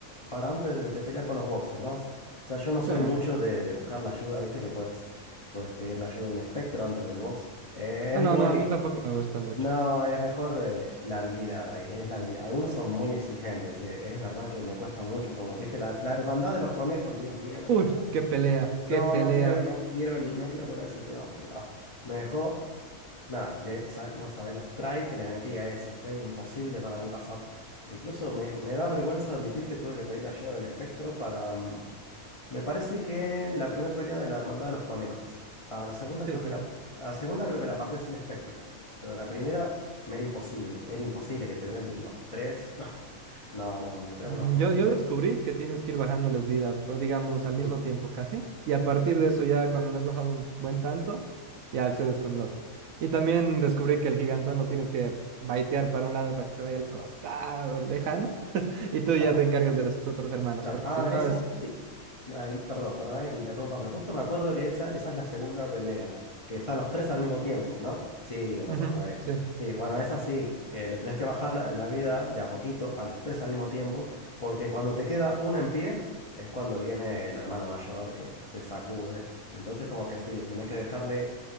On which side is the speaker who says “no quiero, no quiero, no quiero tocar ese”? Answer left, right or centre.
Left